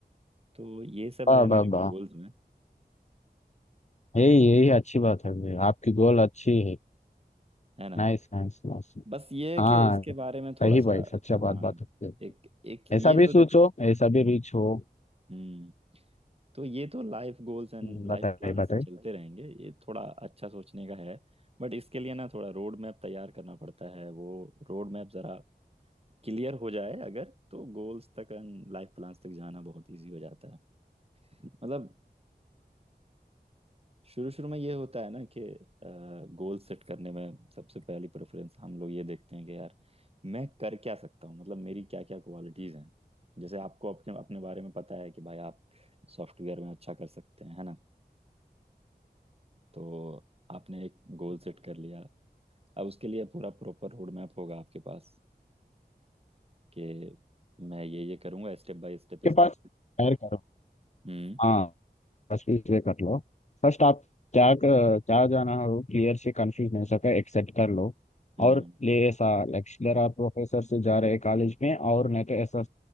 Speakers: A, on the right; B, on the left.
A: तो ये सब
B: वाह
A: है मेरे
B: वाह
A: गोल्स
B: वाह
A: में
B: यही यही अच्छी बात है भाई आपकी गोल अच्छी है
A: है ना
B: Nice nice nice.
A: बस ये है
B: हाँ
A: कि इसके बारे में थोड़ा
B: सही
A: सा
B: भाई सच्चा बात
A: हाँ
B: बात होती है
A: एक एक
B: ऐसा
A: ये
B: भी
A: तो
B: सोचो
A: देख
B: ऐसा भी
A: हम्म
B: रिच हो
A: हम्म तो ये तो life goals and
B: हम्म,
A: life
B: बताइए
A: plans
B: बताइए
A: चलते रहेंगे ये थोड़ा अच्छा सोचने का है बट इसके लिए ना थोड़ा रोड मैप तैयार करना पड़ता है वो रोड मैप जरा क्लियर हो जाए अगर तो गोल्स तक एंड लाइफ प्लान्स तक जाना बहुत इजी हो जाता है मतलब शुरू शुरू में ये होता है ना कि गोल सेट करने में सबसे पहली प्रेफरेंस हम लोग ये देखते हैं कि यार मैं कर क्या सकता हूँ मतलब मेरी क्या क्या क्वालिटीज़ हैं जैसे आपको अपने अपने बारे में पता है कि भाई आप सॉफ्टवेयर में अच्छा कर सकते हैं है ना तो आपने एक गोल सेट कर लिया अब उसके लिए पूरा प्रॉपर रोड मैप होगा आपके पास कि मैं ये ये करूंगा स्टेप बाय स्टेप
B: के
A: स्टेप
B: पास शेयर करो
A: हम्म
B: हाँ बस इसे कर लो फर्स्ट आप क्या क- क्या जाना हो क्लियर से कंफ्यूज नहीं हो सके एक्सेप्ट कर लो
A: हम्म
B: और ले ऐसा लेक्चरर आप प्रोफेसर से जा रहे हैं कॉलेज में और नहीं तो ऐसा